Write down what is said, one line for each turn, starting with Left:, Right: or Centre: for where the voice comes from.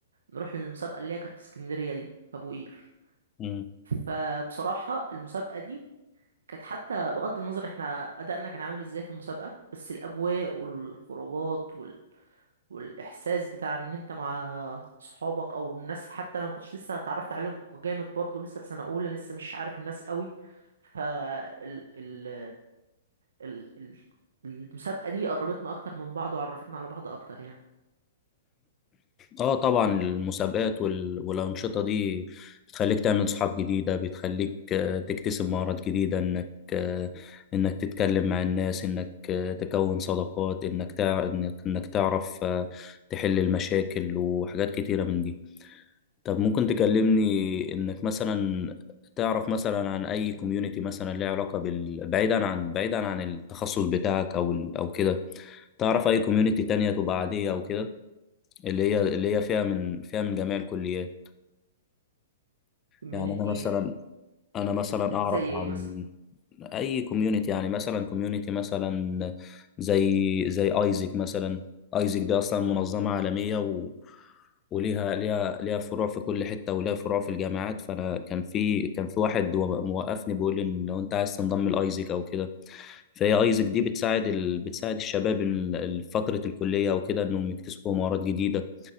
Right: نروح للمسابقة اللي هي كانت في اسكندرية دي في ابو قير
Left: ليها
Right: فبصراحة المسابقة دي كانت حتى بغض النظر احنا ادائنا كان عامل ازاي في المسابقة بس الاجواء والخروجات وال... والاحساس بتاع ان انت مع صحابك او الناس حتى انا ما كنتش لسه اتعرفت عليهم جامد برضو لسه في سنة اولى لسه مش عارف الناس قوي ف ال... ال... ال... ال... المسابقة دي قربتنا اكتر من بعض وعرفتنا على بعض اكتر يعني
Left: اه طبعا المسابقات وال... والأنشطة دي بتخليك تعمل صحاب جديدة بتخليك آه، تكتسب مهارات جديدة انك آه، انك تتكلم مع الناس انك آه، تكون صداقات انك تع... انك انك تعرف آه، تحل المشاكل وحاجات كتيرة من دي طب ممكن تكلمني انك مثلا تعرف مثلا عن اي كوميونتي مثلا ليها علاقة بال... بعيدا عن بعيدا عن التخصص بتاعك او ال... او كده تعرف اي كوميونتي تانية تبقى عادية او كده اللي هي اللي هي فيها من فيها من جميع الكليات
Right: كوميونيتي
Left: يعني انا مثلا انا مثلا
Right: زي
Left: اعرف عن
Right: ايه مثلا
Left: اي كوميونتي يعني مثلا كوميونتي مثلا زي زي ايزك مثلا ايزك دي اصلا منظمه عالميه و... وليها ليها ليها فروع في كل حته وليها فروع في الجامعات فانا كان في كان في واحد هو موقفني بيقول لي ان لو انت عايز تنضم لايزك او كده فهي ايزك دي بتساعد ال... بتساعد الشباب ال- ال- فتره الكليه او كده انهم يكتسبوا مهارات جديده